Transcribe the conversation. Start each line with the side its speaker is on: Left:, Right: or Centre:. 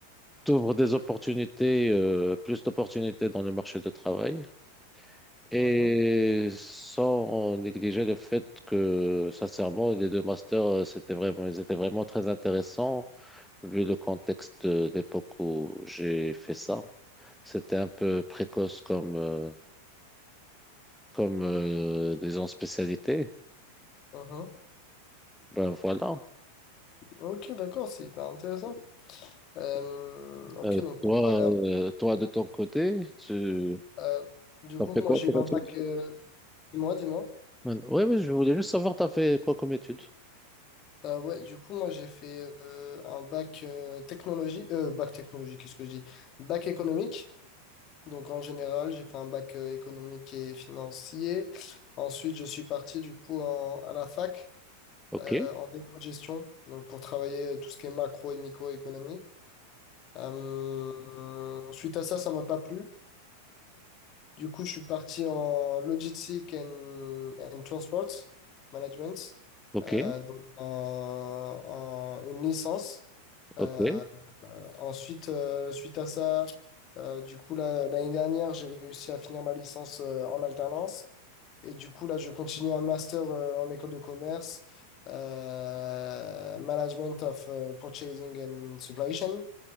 Centre: t'ouvre des opportunités, euh, plus d'opportunités dans le marché de travail et
Left: Mhm,
Centre: sans négliger le fait que, sincèrement, les deux masters, euh, c'était vraiment, ils étaient vraiment très intéressants vu le contexte de l'époque où j'ai fait ça. C'était un peu précoce comme, euh, comme euh, disons, spécialité.
Left: mhm.
Centre: Ben voilà.
Left: Ok, d'accord, c'est hyper intéressant. Euh, ok,
Centre: Euh,
Left: donc
Centre: toi,
Left: pour parler
Centre: euh,
Left: un peu.
Centre: toi, de ton côté, tu
Left: euh, du
Centre: as
Left: coup,
Centre: fait
Left: moi,
Centre: quoi
Left: j'ai
Centre: comme
Left: eu un
Centre: étude?
Left: bac. euh, dis-moi, dis-moi.
Centre: Oui, oui, je voulais juste savoir, tu as fait quoi comme étude?
Left: Euh, ouais, du coup, moi, j'ai fait euh, un bac euh, technologie. euh, bac technologie, qu'est-ce que je dis? Bac économique. Donc, en général, j'ai fait un bac euh, économique et financier. Ensuite, je suis parti, du coup, en- à la fac,
Centre: Ok,
Left: euh, en éco-gestion. Donc, pour travailler euh, tout ce qui est macro et microéconomie. Euh, suite à ça, ça m'a pas plu. Du coup, je suis parti en Logistic and, and Transport Management,
Centre: ok.
Left: euh, donc un- un- une licence.
Centre: Ok,
Left: Euh,
Centre: ouais,
Left: euh, ensuite, euh, suite à ça, euh, du coup, là, l'année dernière, j'ai réussi à finir ma licence euh, en alternance. Et du coup, là, je continue un master euh, en école de commerce, euh, Management of euh, Purchasing and Supply Chain,